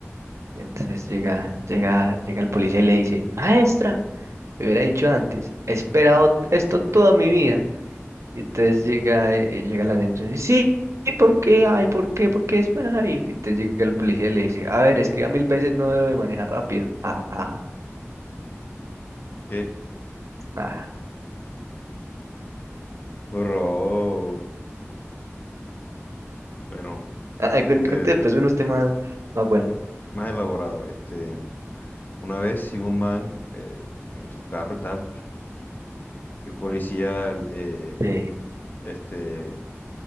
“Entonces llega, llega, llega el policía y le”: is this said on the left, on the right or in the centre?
Right